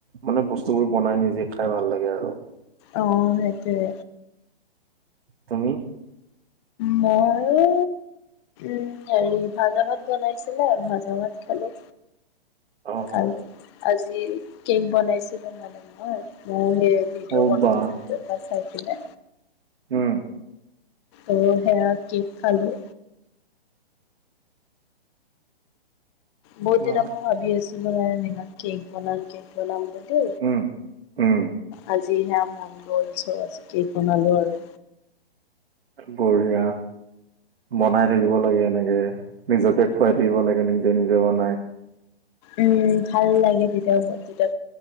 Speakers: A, on the right; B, on the left.
A: মানে বস্তুবোৰ বনাই নিজে খাই ভাল লাগে আৰু।
B: অঁ সেইটোৱে।
A: তুমি?
B: মইও উম হেৰি ভাজা ভাত বনাইছিলে ভাজা ভাত খালোঁ।
A: অ
B: আৰু
A: অ
B: আজি কেক বনাইছিলো মানে মই মই সেই ভিদিঅ'
A: অ
B: কল
A: বাহ
B: ভিদিঅ' এটা চাই পিনে।
A: উম
B: আৰু সেয়া কেক খালো। বহুত
A: বাহ
B: দিনা মই ভাবি আছিলো মানে ইমান কেক বনাম কেক বনাম বুলি
A: উম, উম,
B: আজি সেয়া মন গ'ল চ' আজি কেক বনালোঁ আৰু।
A: বঢ়িয়া। বনাই থাকিব লাগে এনেকে, নিজকে খুৱাই থাকিব লাগে নিজে নিজে বনাই।
B: উম ভাল লাগে তেতিয়া <unintelligible> ম যেতিয়া